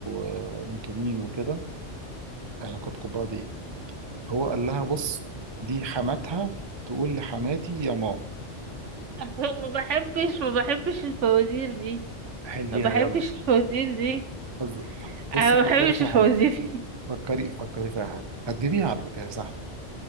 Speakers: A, on the right; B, on the right.
A: آه، انتوا مين وكده علاقتكم ببعض ايه هو قال لها بص دي حماتها تقول لحماتي يا ماما
B: ما بحبش ما بحبش الفوازير دي
A: حليها
B: ما بحبش
A: يلا
B: الفوازير دي
A: فز- بصي
B: انا ما
A: فكري
B: بحبش
A: فيها
B: الفوازير
A: حلو
B: <laughs> دي
A: فكري فكري فيها حلو هتجيبيها على فكره سهله